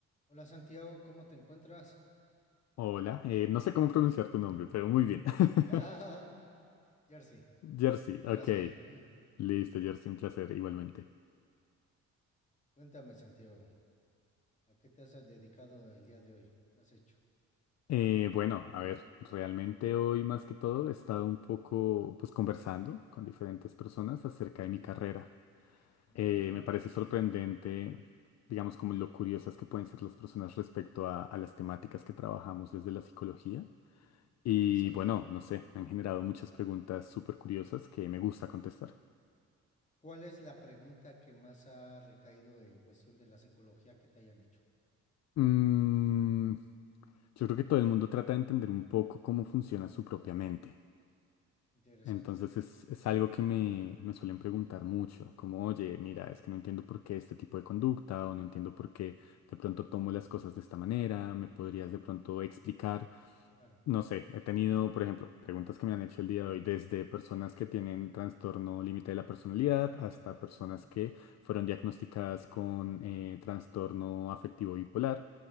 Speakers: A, on the left (about 25°); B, on the left (about 60°).
A: Hola Santiago, ¿cómo te encuentras?
B: Hola, eh, no sé cómo pronunciar tu nombre, pero muy bien. <laughs>
A: <laughs> Jersey,
B: Jersey,
A: un
B: ok.
A: placer. <laughs>
B: Listo, Jersey, un placer igualmente.
A: Cuéntame Santiago, ¿a qué te has dedicado el día de hoy? ¿Qué has hecho?
B: Eh, bueno, a ver, realmente hoy más que todo he estado un poco pues conversando con diferentes personas acerca
A: Ok.
B: de mi carrera.
A: Ah,
B: Eh,
A: mira,
B: me parece
A: interesante.
B: sorprendente, digamos, como lo curiosas que pueden ser las personas respecto a, a las temáticas que trabajamos desde la psicología. Y
A: Interesante.
B: bueno, no sé, me han generado muchas preguntas súper curiosas que me gusta contestar.
A: ¿Cuál es la pregunta que más ha recaído en cuestión de la psicología que te hayan hecho?
B: Mm, Yo creo que todo el mundo trata de entender un poco cómo funciona su propia mente.
A: Interesante.
B: Entonces es, es algo que me, me suelen preguntar mucho, como, oye, mira, es que no entiendo por qué este tipo de conducta o no entiendo por qué de pronto tomo las cosas de esta manera, ¿me podrías de pronto explicar?
A: Claro.
B: No sé, he tenido, por ejemplo, preguntas que me han hecho el día de hoy, desde personas que tienen trastorno límite de la personalidad hasta personas
A: Ujú,
B: que fueron diagnosticadas con eh, trastorno afectivo bipolar